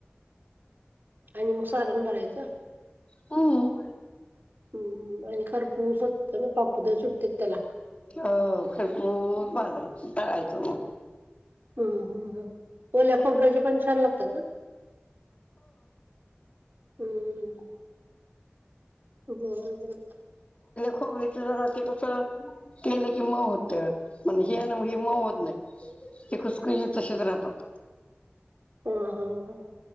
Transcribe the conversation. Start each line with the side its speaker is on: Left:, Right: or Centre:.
Right: आणि मग सारण बरायचं.
Left: ह.
Right: हम्म आणि खरपूस होत मग बाप्पूद सुटते त्याला
Left: हो खरपूर भाजाय करायचो मग
Right: हम्म हम् ओल्या खोबऱ्याचे पण छान लागतात ना. हम्म बर बर.
Left: खोबरीच ज ते कसं. केलं की मी होत म्हण हे हे म होत नाही. ते खुसखुशीत तसेच राहतात.
Right: हा हा हा.